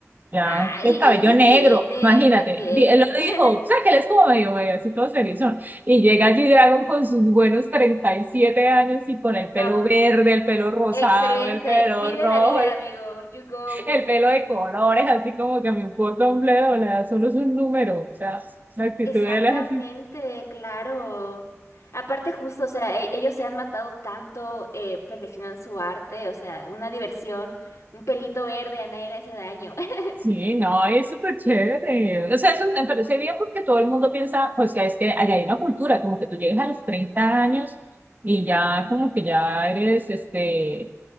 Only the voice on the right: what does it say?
ya
el cabello
negro,
imagínate,
di- él lo
dijo, o sea, que él estuvo medio, medio así todo serizón, y llega G-Dragon con sus buenos 37 años y con el pelo
verde, el pelo rosado,
el pelo
rojo,
el,
el pelo de colores, así como que me importa un bledo, le da solo su número, o sea, la actitud
de él es así.
Sí, no, es súper chévere. O sea, eso me parece bien porque todo el mundo piensa, pues que es que allá hay una cultura, como que tú llegas a los 30 años y ya como que ya eres, este,